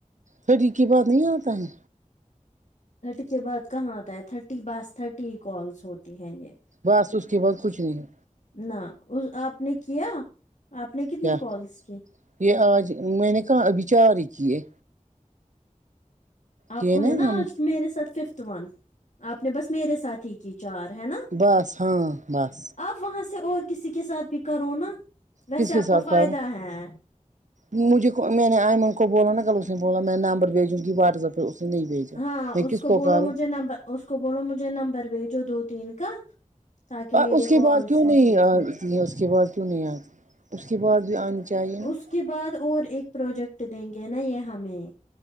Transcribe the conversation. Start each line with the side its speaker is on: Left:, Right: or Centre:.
Right: پری کی بات نہیں آتا ہے
Left: تھرٹی کے بعد کہاں آتا ہے تھرٹی بس تھرٹی کالس ہوتی ہے یہ
Right: بس اس کے بعد کچھ نہیں ہے
Left: نہ آپ نے کیا آپ نے کتنی
Right: کیا
Left: کالس کی
Right: یہ آج میں نے کہا اب چار ہی کیے
Left: آپ
Right: کیے
Left: کو ہے نا
Right: ہم
Left: آج میرے ساتھ ففتھ ون آپ نے بس میرے ساتھ ہی کی چار ہے نا
Right: بس ہاں بس
Left: اب وہاں سے اور کسی کے ساتھ بھی کرو نا ویسے
Right: کس کے
Left: آپ
Right: ساتھ
Left: کا فائدہ
Right: کرو
Left: ہے
Right: مجھے میں نے آئمن کو بولا نا کل اس نے بولا میں نمبر بھیجوں گی واٹس ایپ اس نے نہیں بھیجا
Left: ہاں
Right: میں
Left: اس
Right: کس
Left: کو
Right: پر
Left: بولو
Right: کرو
Left: مجھے نمبر اس کو بولو مجھے نمبر بھیجو دو تین کا تاکہ میرے
Right: اس کے
Left: کالس
Right: بعد کیوں
Left: کمپلیٹ
Right: نہیں آتی
Left: ہو
Right: ہے اس کے بعد کیوں نہیں آتی اس کے بعد بھی آ چائین
Left: اس کے بعد اور ایک پروجیکٹ دیں گے نا یہ ہمیں